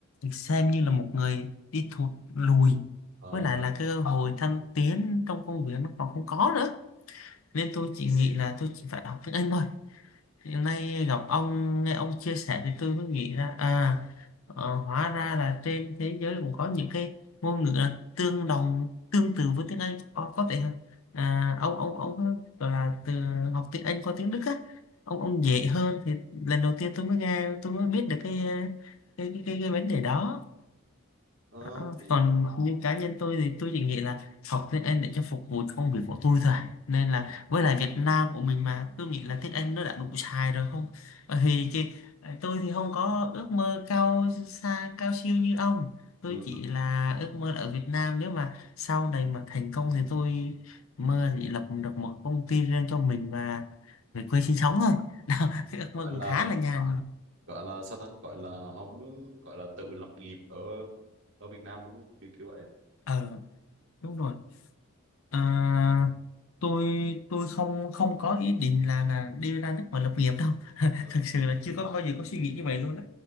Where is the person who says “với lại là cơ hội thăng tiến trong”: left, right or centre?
Left